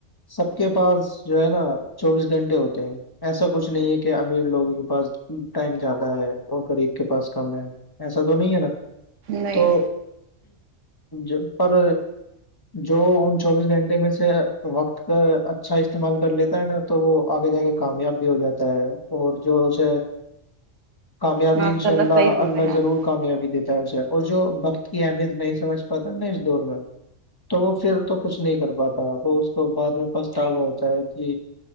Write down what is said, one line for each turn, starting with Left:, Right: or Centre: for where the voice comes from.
Left: سب کے پاس جو ہے نا چوبیس گھنٹے ہوتے ہیں ایسا کچھ نہیں ہے کہ امیر لوگوں کے پاس ٹائم زیادہ ہے اور غریب کے پاس کم ہے ایسا تو نہیں ہے نا
Right: نہیں
Left: تو جب پر جو ان چوبیس گھنٹے میں سے وقت کا اچھا استعمال کر لیتا ہے نا تو وہ آگے جا کے کامیاب بھی ہو جاتا ہے اور جو اسے کامیابی
Right: ماشاء
Left: انشاء اللہ
Right: صحیح بول
Left: اللہ
Right: رہے ہیں آپ
Left: ضرور کامیابی دیتا ہے اسے اور جو وقت کی اہمیت نہیں سمجھ پاتا نا اس دور میں تو وہ پھر تو کچھ نہیں کر پاتا وہ اس کو بعد میں پچھتاوا ہوتا ہے کہ